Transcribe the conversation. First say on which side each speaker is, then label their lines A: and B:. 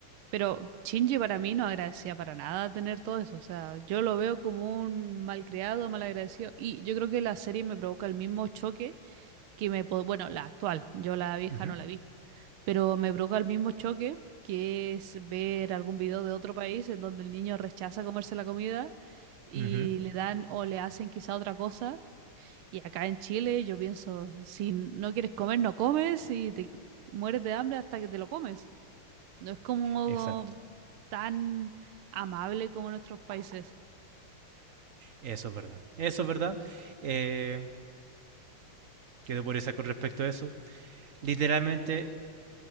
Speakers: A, on the right (about 80°); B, on the right (about 55°).
A: Pero Shinji para mí no agradecía para nada tener todo eso. O sea, yo lo veo como un mal creado, mal agradecido. Y yo creo que la serie me provoca el mismo choque que me... po- Bueno, la actual, yo la vieja
B: Uh -huh,
A: no la vi. Pero me provoca el mismo choque que es ver algún video de otro país en donde el niño rechaza comerse la comida y
B: uh -huh.
A: le dan o le hacen quizá otra cosa. Y acá en Chile yo pienso, si no quieres comer, no comes y te mueres de hambre hasta que te lo comes. No es como
B: Exacto.
A: tan amable como en otros países.
B: Eso es verdad. Eso es verdad. Eh, ¿Qué te podría con respecto a eso? Literalmente,